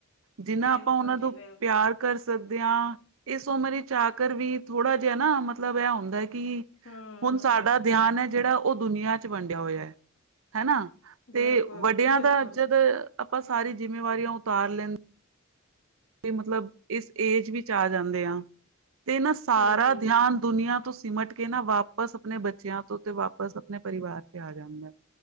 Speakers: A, on the right; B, on the left.
A: ਜਿੰਨਾ
B: ਬਿਲਕੁਲ
A: ਆਪਾਂ ਉਹਨਾਂ
B: ਜੀ
A: ਤੋਂ
B: ਬਿਲਕੁਲ
A: ਪਿਆਰ, ਕਰ ਸਕਦੇ ਹਾਂ ਇਸ ਉਮਰ ਚ ਆਕਰ ਵੀ ਥੋੜਾ ਜਿਹਾ ਨਾ ਮਤਲਬ ਇਹ ਹੁੰਦਾ ਕਿ
B: ਹਮ
A: ਹੁਣ
B: ਹਮ
A: ਸਾਡਾ ਧਿਆਨ ਹੈ ਜੇੜਾ ਉਹ ਦੁਨੀਆਂ ਚ ਵੰਡਿਆ ਹੋਇਆ ਹੈ। ਹੈਣਾ ਤੇ
B: ਬਿਲਕੁਲ
A: ਵੱਡਿਆਂ
B: ਬਿਲਕੁਲ
A: ਦਾ ਜਦ ਆਪਾਂ ਸਾਰੀ ਜਿੰਮੇਵਾਰੀਆਂ ਉਤਾਰ ਲੈਂਦੇ ਤੇ ਮਤਲਬ ਇਸ ਏਜ ਵਿੱਚ ਆ ਜਾਂਦੇ ਆ ਤੇ ਨਾ ਸਾਰਾ
B: ਹਾਂਜੀ
A: ਧਿਆਨ, ਦੁਨੀਆਂ ਤੋਂ ਸਿਮਟ ਕੇ ਨਾ ਵਾਪਸ ਆਪਣੇ ਬੱਚਿਆਂ ਤੋਂ ਤੇ ਵਾਪਸ ਆਪਣੇ ਪਰਿਵਾਰ ਤੇ ਆ ਜਾਂਦਾ।